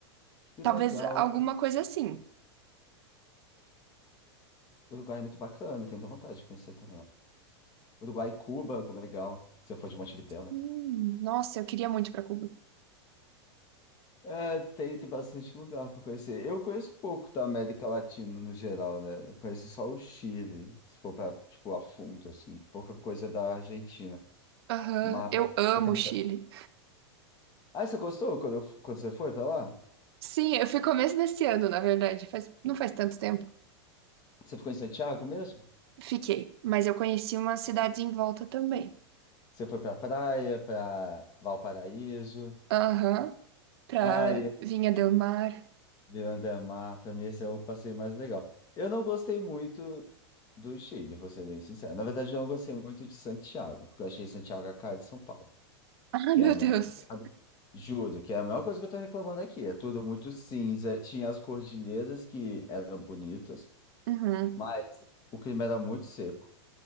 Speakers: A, on the left; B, on the right.
A: Que
B: Talvez
A: legal.
B: alguma coisa assim.
A: O Uruguai é muito bacana, eu tenho muita vontade de conhecer também lá. Uruguai e Cuba, como é legal. Se eu for de Montevidéu, né?
B: Hum, nossa, eu queria muito para Cuba.
A: É, tem, tem bastante lugar pra conhecer. Eu conheço pouco da América Latina no geral, né? Eu conheço só o Chile, se for pra, tipo, a fundo, assim. Pouca coisa da Argentina.
B: Aham,
A: Mas
B: eu amo
A: eu tenho...
B: o
A: muita-
B: Chile.
A: Ah, você gostou quando, eu quando você foi pra lá?
B: Sim, eu fui começo desse ano, na verdade, faz, não faz tanto tempo.
A: Você ficou em Santiago mesmo?
B: Fiquei, mas eu conheci umas cidades em volta também.
A: Você foi pra praia, pra Valparaíso?
B: Aham, pra
A: Ah,
B: Vinha del Mar. <laughs>
A: Beyond the pra mim esse é o passeio mais legal. Eu não gostei muito do Chile, vou ser bem sincero. Na verdade, eu não gostei muito de Santiago, porque eu achei Santiago a cara de São Paulo,
B: Ah,
A: que
B: meu
A: é a mesma
B: Deus.
A: pegada. Juro, que é a mesma coisa que eu tô reclamando aqui. É tudo muito cinza, tinha as cordilheiras que eram bonitas,
B: Uhum.
A: mas o clima era muito seco.